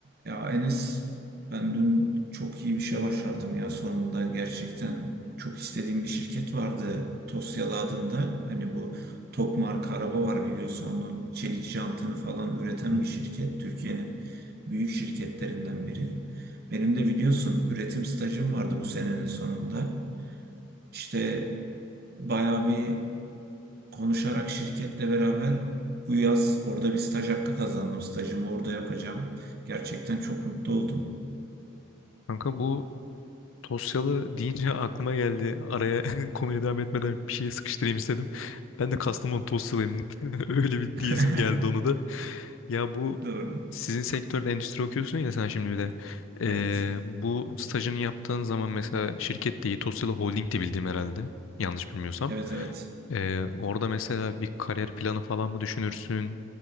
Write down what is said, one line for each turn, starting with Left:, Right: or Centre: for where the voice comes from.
Right: Ya Enes, ben dün çok iyi bir şey başardım ya sonunda gerçekten çok istediğim bir şirket vardı Tosyalı adında. Hani bu Tok marka araba var biliyorsun onun çelik jantını falan üreten
Left: Hı.
Right: bir şirket. Türkiye'nin büyük şirketlerinden biri. Benim de biliyorsun üretim stajım vardı bu senenin sonunda. İşte bayağı bir konuşarak şirketle beraber bu yaz orada bir staj hakkı kazandım. Stajımı orada yapacağım. Gerçekten çok mutlu oldum.
Left: Kanka bu Tosyalı deyince <laughs> aklıma geldi. Araya <laughs> konuya devam etmeden bir şey sıkıştırayım istedim. Ben de Kastamonu Tosyalıyım. <laughs> Öyle bir diyezim
Right: <laughs>
Left: geldi onu da. Ya bu
Right: Doğru.
Left: sizin sektörde endüstri okuyorsun ya sen şimdi bir de. Ee,
Right: Evet.
Left: bu stajını yaptığın zaman mesela şirket değil Tosyalı Holding de bildiğim herhalde. Yanlış bilmiyorsam.
Right: Evet evet.
Left: Ee, orada mesela bir kariyer planı falan mı düşünürsün?